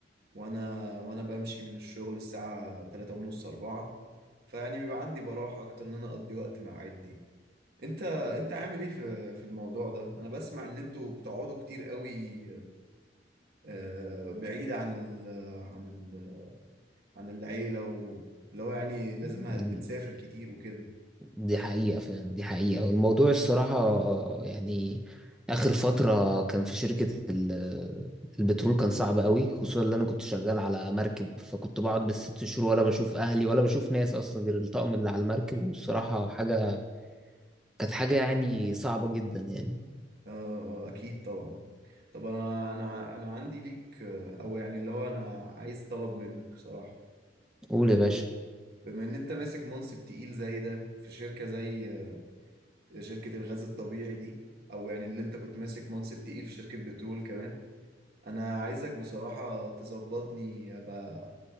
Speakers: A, on the right; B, in the centre.
A: وانا وانا بمشي من الشغل الساعه 3 ونص 4 فيعني بيبقى عندي براحة أكتر إن أنا أقضي وقت مع عيلتي أنت أنت عامل إيه في في الموضوع ده؟ أنا بسمع إن أنتوا بتقعدوا كتير قوي آه، بعيد عن ال عن ال عن العيلة واللي هو يعني لازم
B: مم،
A: ه- بتسافر كتير وكده
B: دي حقيقه فعلا دي حقيقه والموضوع الصراحه يعني اخر فتره كان في شركه ال- البترول كان صعب قوي خصوصا اللي انا كنت شغال على مركب فكنت بقعد بالست شهور ولا بشوف اهلي ولا بشوف ناس اصلا غير الطقم اللي على المركب والصراحه حاجه كانت حاجه يعني صعبه جدا يعني
A: آه آه، أكيد طبعا طب أنا أنا ع- أنا عندي ليك آه، أو يعني اللي هو أنا عايز طلب منك بصراحة
B: قول يا باشا
A: بما إن أنت ماسك منصب تقيل زي ده في شركة زي آه، شركة الغاز الطبيعي دي أو يعني اللي أنت كنت ماسك منصب تقيل في شركة بترول كمان انا عايزك بصراحة تظبطني ابقى